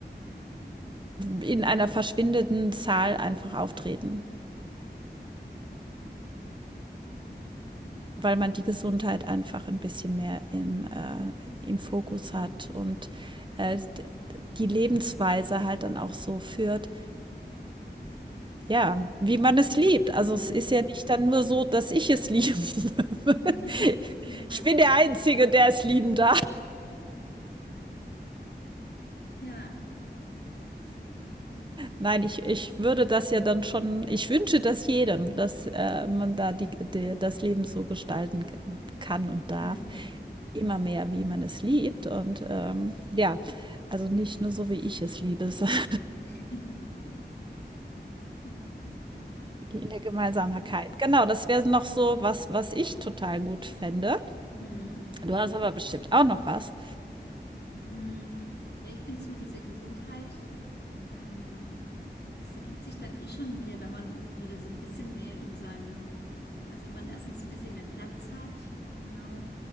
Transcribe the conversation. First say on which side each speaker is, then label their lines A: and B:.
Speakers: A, on the right; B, on the left.
A: in einer verschwindenden Zahl einfach auftreten. weil man die Gesundheit einfach ein bisschen mehr im, äh, im Fokus hat und äh, die Lebensweise halt dann auch so führt, ja, wie man es liebt. Also
B: Mhm.
A: es ist
B: Mhm.
A: ja nicht dann nur so, dass ich es liebe. <laughs>
B: <laughs> Alle.
A: Ich bin der Einzige, der es lieben darf.
B: Ja.
A: Nein, ich, ich würde das ja dann schon, ich wünsche das jedem, dass äh, man da die, die, das Leben so gestalten k- kann und darf,
B: Mhm.
A: immer mehr, wie man es liebt. Und ähm, ja, also nicht nur so, wie ich es liebe, <laughs> sondern
B: <laughs> Ja.
A: in
B: Finde
A: der
B: ich.
A: Gemeinsamkeit. Genau, das wäre noch so was, was ich total gut fände.
B: Mhm.
A: Du hast aber bestimmt auch noch was.
B: Mm, Ja, ich finde es mit dieser Gesundheit, ähm, das ergibt sich dann eh schon wieder, wenn man wieder so ein bisschen mehr in seinem, also wenn man erstens ein bisschen mehr Platz hat, genau,